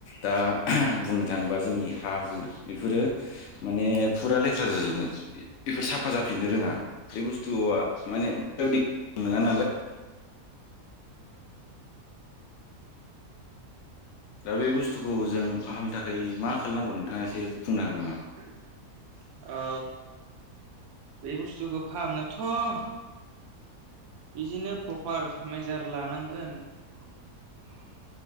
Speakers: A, on the left (about 70°); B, on the right (about 65°).
A: दा <unintelligible> बुंनो थाङोबा जोंनि हा हु इफोरो माने फुरा लेथ्रा जाजोबो इ इफोर साफा जाफिननो रोङा बे बुस्थुआ माने <inaudible> नङा नालाय दा बे बुस्थुखौ जों फाहामनो थाखाय मा खालानांगौ नोंथाङा एसे बुंनो हागोन नामा
B: <inaudible> ओ बे बुस्थुखो फाहामनोथ' बिदिनो प्रपार मेजार लानांगोन उम